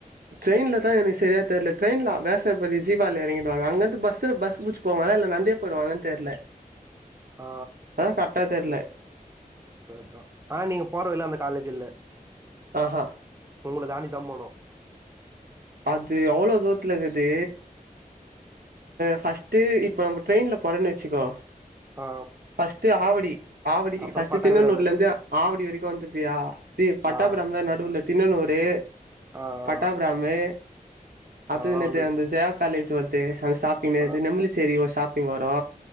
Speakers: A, on the right (about 85°); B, on the right (about 20°).
A: ட்ரென்ய்ல தா எனக்கு சரியா தெரில ட்ரென்ய்லா வியாசர்பாடி ஜீவால எறங்கிடுவாங்க அங்கருந்து பஸ்ல பஸ் புச்சு போவாங்க இல்ல நந்தே போயிடுவாங்கலான் தெரில
B: ஆ
A: அதா கரெக்டா தெரில
B: சரிதா ஆனா நீங்க போற வழில அந்த காலேஜ் இல்ல
A: ஆஹா
B: உங்கள தான்டிதா போணும்
A: அது அவ்ளோ தூரத்துலக்குது ஃபர்ஸ்ட் இப்ப நம்ம ட்ரெயின்ல போறோன்னு வச்சுக்கோ
B: ஆ
A: ஃபஸ்ட்டு ஆவடி ஆவடி
B: அப்றோ
A: ஃபஸ்ட்
B: பட்டாபிராமு
A: தின்னணூர்ல இருந்து ஆவடி வரைக்கு வந்துதியா இது பட்டா
B: ஆ
A: நம்ம நடுவுல தின்னனூறு
B: ஆ ஆ
A: பட்டாபிராமு
B: அதெல்லாம்
A: அது என்னது
B: வந்து
A: அந்த ஜெயா காலேஜ் வருது அந்த ஸ்டாப்பிங் இது
B: ஆ
A: நெம்ப்லிச்சேரி ஒரு ஸ்டாப்பிங் வரு